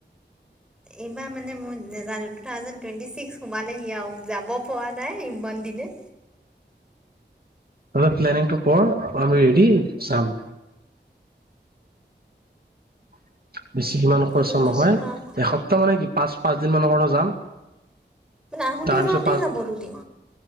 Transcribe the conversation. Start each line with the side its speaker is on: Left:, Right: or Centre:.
Centre: এইবাৰ মানে মই নাজানো টু থাউজে টুৱেণ্টি চিক্স সোমালেহি আৰু যাব পৰা নাই ইমান দিনে
Right: তহতে প্লানিংটো কৰ আমি ৰেডি চাম <unintelligible> বেছি ইমান খৰচা
Centre: এইটো
Right: নহয়
Centre: জুন মাহ
Right: এসপ্তাহ মানে কি পাঁচ পাঁচ দিন মানৰ কাৰণে যাম
Centre: আহোতে
Right: তাৰ পিছত
Centre: যাওঁতেই
Right: পাঁচ
Centre: যাব দুদিন